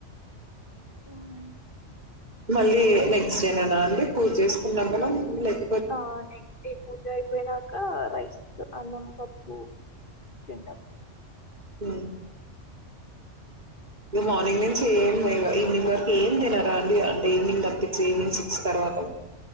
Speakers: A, on the left; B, on the right.
A: అవునుఅనే
B: మళ్ళీ నెక్స్ట్ డే నేనా అండి పూజ చేసుకున్నాన లైక్
A: ఆ నెక్స్ట్ డే పూజ అయిపోయినంక రైస్ అన్నం పప్పు తింటమ్
B: హ నువ్ మార్నింగ్ నుంచి ఏం లే ఇగ ఈవినింగ్ వరకు ఏం తినారా అండి అంటే ఈవినింగ్ తప్పించి ఈవినింగ్ సిక్స్ తర్వాత